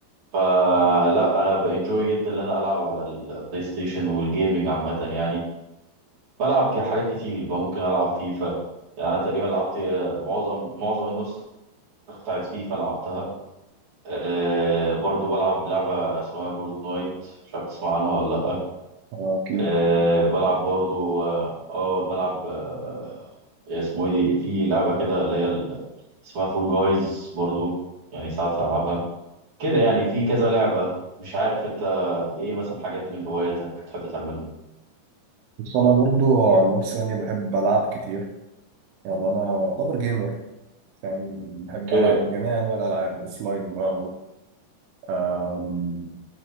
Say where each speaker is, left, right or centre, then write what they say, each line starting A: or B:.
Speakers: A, on the right; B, on the right.
A: فلا انا بانجوي جدا ان انا العب على البلاي ستيشن والجيمنج عامه يعني بلعب ك- حاجات كتير بقى ممكن العب فيفا يعني انا تقريبا لعبت آه، معظم معظم النسخ بتاعت فيفا لعبتها أه برضو بلعب لعبة اسمها فورتنايت مش عارف تسمع عنها ولا لأ
B: آه، اكيد
A: أه بلعب برضو اه آه، بلعب أه اسمه ايه دي في لعبة كده اللي هي ال- اسمها فول جايز برضو يعني ساعات ألعبها كده يعني في كذا لعبة مش عارف انت ايه مثلا حاجات من هواياتك بتحب تعملها
B: بس انا برضو عن نفسي يعني بحب العب كتير يعني انا
A: مم.
B: اعتبر جيمر يعني بحب
A: اوكي
B: العب جميع انواع الالعاب اوفلاين بقى اونلاين